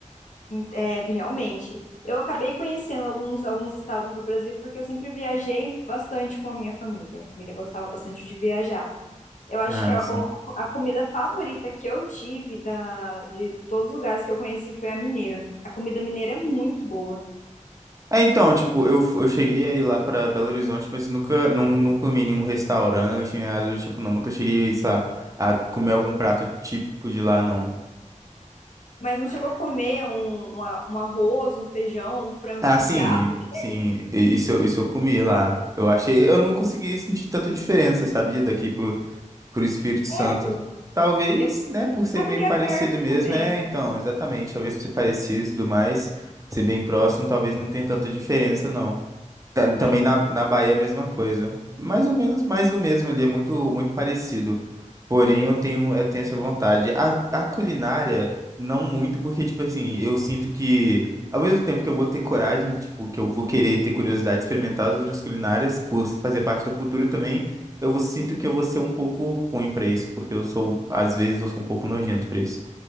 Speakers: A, on the left (about 70°); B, on the right (about 25°).
A: É, realmente. Eu acabei conhecendo alguns, alguns estados do Brasil porque eu sempre viajei bastante com a minha família. A família gostava bastante de viajar. Eu acho
B: Ah,
A: que a,
B: sim.
A: a comida favorita que eu tive da, de todos os lugares que eu conheci foi a mineira. A comida mineira é muito boa.
B: É, então, tipo, eu, f- eu cheguei aí lá pra Belo Horizonte, mas nunca, não, não comi em nenhum restaurante, nem nada do tipo, não. Nunca cheguei, sei lá, a comer algum prato típico de lá, não.
A: Mas não chegou a comer um, um a- um arroz, um feijão, um frango
B: Ah,
A: com
B: sim,
A: quiabo
B: sim,
A: deles?
B: i- isso, eu- isso eu comi lá. Eu achei, eu não consegui sentir tanta diferença, sabia? Daqui pro, pro Espírito
A: Sério?
B: Santo. Talvez,
A: Eu-
B: né, por ser
A: é porque
B: meio
A: é
B: parecido
A: perto
B: mesmo,
A: também,
B: é,
A: né?
B: então, exatamente, talvez por ser parecido e tudo mais, ser bem próximo, talvez não tenha tanta diferença, não. Ta-
A: Entendi.
B: Também na, na Bahia, é a mesma coisa. Mais ou menos mais do mesmo ali, é muito, muito parecido. Porém, eu tenho, eu tenho essa vontade. A, a culinária, não muito, porque, tipo assim, eu sinto que, ao mesmo tempo que eu vou ter coragem, tipo, que eu vou querer ter curiosidade de experimentar as outras culinárias, por fazer parte da cultura também, eu vou- sinto que eu vou ser um pouco ruim pra isso, porque eu sou, às vezes, eu sou um pouco nojento pra isso.